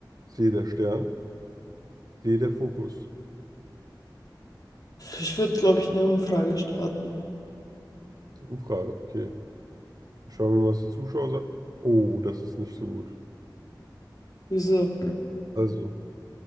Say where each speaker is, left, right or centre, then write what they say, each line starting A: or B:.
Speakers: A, on the right; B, on the left.
A: C. Der Stern. D, der Fokus.
B: Ich würde, glaube ich, eine Umfrage starten.
A: Umfrage, okay. Schauen wir mal, was die Zuschauer sagen. Oh, das ist nicht so gut.
B: Wieso?
A: Also,